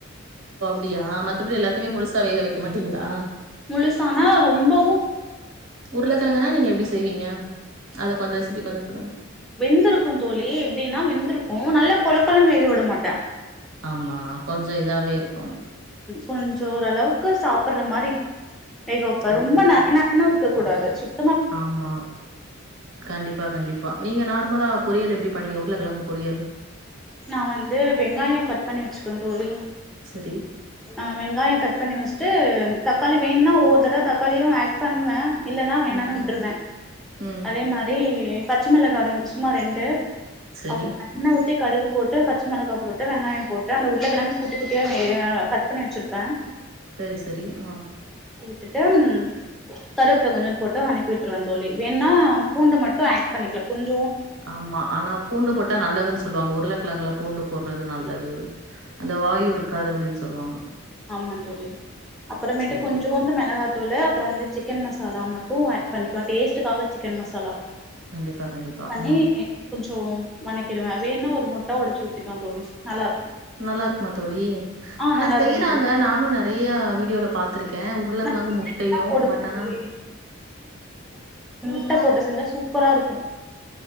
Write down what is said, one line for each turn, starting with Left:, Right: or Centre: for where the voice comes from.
Right: அப்டியா மத்தப்படி எல்லாத்தைமே முழுசா வேக வெக் க மாட்டிங்ளா
Centre: முழுசானா ரொம்பவும்
Right: உருளக்கெழங்குனா நீங்க எப்டி செய்வீங்க அத கொஞ்ச ரெசிபி கொஞ்ச சொல்லுங்க.
Centre: வெந்திருக்கு தோழி எப்டினா வெந்திருக்கு நல்லா கொழப்பலா வேகவிட மட்டே
Right: ஆமா கொஞ்ச இதாவே இருக்கு.
Centre: கொஞ்ச ஓரளவுக்கு சாப் புட்ற மாரி இது எப்ப
Right: சரி
Centre: ரொம்ப
Right: சரி
Centre: நரநரனு
Right: சரி.
Centre: இருக் க்க கூடாது சுத்
Right: ஆமா கண்டிப்பா கண்டிப் பா நீங்க நார்மலா பொரியல் எப்டி பண்ணுவீங் உருளக்கெழங்கு பொரியல்
Centre: நா வந்து வெங்காய கட் பண்ணி வச்சுக்குவே தோழி
Right: சரி.
Centre: ஆஹ் வெங்காய கட் பண்ணி வச்ட்டு தக்காளி வேணும்னா ஒவ்வொரு தடவ தக்காளியு ஆட் பண்ணுவே இல்லனா வேணானு
Right: ம்
Centre: விட்ருவே
Right: ம் ம்.
Centre: அதே மாரி பச்ச மிளகா ரெண் சும்மா ரெண்டு
Right: சரி.
Centre: அப் எண்ணெ ஊத் தி கடுகுப் போட்டு பச்ச மிளகா போட்டு வெங்காயம் போட்டு அந்த உருளக்கெழங்கு குட்டி குட்டியா ஏ கட் பண்ணி வச்சிருப்பே
Right: செரி செரி உம்
Centre: திட்டும் கருவப்புல கொஞ்சோன் போட்டு வணக்கி விட்டுருவே தோழி வேண்னா பூண்ட மட்டு ஆட் பண்ணிக்லா கொஞ்ச
Right: ஆமா ஆனா பூண்டு போட்டா நல்லதுன்னு சொ சொல்லுவாங்க உருளக்கெழங்குள பூண்டு போட்றது நல்லது அந்த வாயு இருக்காது அப்டின் சொல்லுவாங்க
Centre: ஆமாங் தோழி அப்பறமேட்டு
Right: சரி
Centre: கொஞ்சோன்டு
Right: சரி.
Centre: மிளகாத்தூளு அப்பற வந்து சிக்கன் மசாலான் மட்டு ஆட் பண்ணிக்குவ டேஸ்டுக்காக சிக்கன் மசாலா
Right: கண்டிப்பா கண்டிப்பா.
Centre: பண்ணி
Right: ம்.
Centre: எப் கொஞ்சோ மெனக்கிடுவே அதே மார் இருந்தா ட ஒடச்சு ஊத்திக்வோ தோழி நல்லா இருக்கு
Right: நல்லா இருக்குமா தோழி
Centre: ஆ
Right: ஆனா
Centre: நல்லா
Right: செய்றாங்க
Centre: இருக்கு தோழி
Right: நானு நெறையா வீடியோல பாத் த்துருக்கே உருளக்கெழங்கு
Centre: நா கீரைலா
Right: முட்டையு
Centre: போடுவே
Right: பட் ஆனா
Centre: தோழி ட்ட போட்டு செஞ்சா சூப்பரா இருக்கு